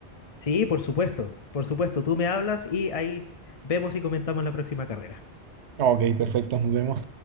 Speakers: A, on the left; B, on the right.
A: sí, por supuesto, por supuesto, tú me hablas y ahí vemos y comentamos la próxima carrera.
B: Ok, perfecto, nos vemos.